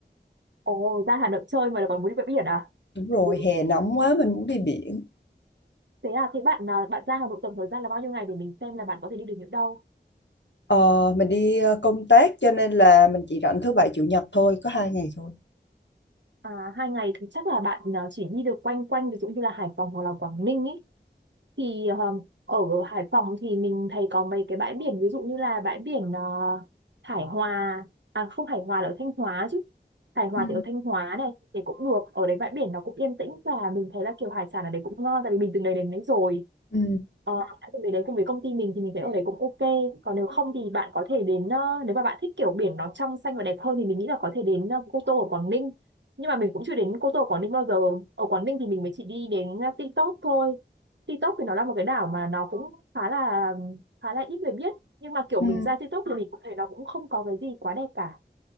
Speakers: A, on the right; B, on the left.
A: Ồ ra Hà Nội chơi mà lại còn muốn đi bãi biển à?
B: Đúng rồi,
A: <laughs>
B: hè nóng quá mình muốn đi biển.
A: Thế à, thế bạn à, bạn ra Hà Nội tổng thời gian là bao nhiêu ngày để mình xem là bạn có thể đi được những đâu?
B: Ờ, mình đi à, công tác cho nên là mình chỉ rảnh thứ bảy chủ nhật thôi, có hai ngày thôi.
A: À hai ngày thì chắc là bạn à, chỉ đi được quanh quanh ví dụ như là Hải Phòng hoặc là Quảng Ninh ý. thì um, ở Hải Phòng thì mình thấy có mấy cái bãi biển ví dụ như là bãi biển ờ, Hải Hòa à không Hải Hòa là ở Thanh Hóa chứ Hải Hòa
B: Ừ.
A: thì ở Thanh Hóa này thì cũng được ở đấy bãi biển nó cũng yên tĩnh và mình thấy là kiểu hải sản ở đấy cũng ngon tại vì mình từng đấy đến đấy rồi
B: Ừ.
A: ờ, đã từng đấy đấy cùng với công ty mình thì mình thấy ở đấy cũng ok còn nếu không thì bạn có thể đến ờ, nếu mà bạn thích kiểu biển nó trong xanh và đẹp hơn thì mình nghĩ là có thể đến ờ, Cô Tô ở Quảng Ninh nhưng mà mình cũng chưa đến Cô Tô ở Quảng Ninh bao giờ ở Quảng Ninh thì mình mới chỉ đi đến ờ, Ti Tốp thôi TikTok thì nó là một cái đảo mà nó cũng khá là khá là ít người biết nhưng mà kiểu
B: Ừ.
A: mình ra TikTok thì mình cũng thấy nó cũng không có cái gì quá đẹp cả